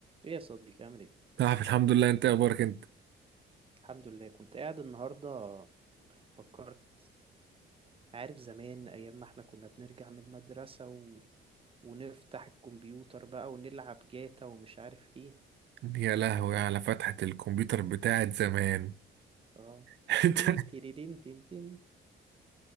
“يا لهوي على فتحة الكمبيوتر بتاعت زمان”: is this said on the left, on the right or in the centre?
Right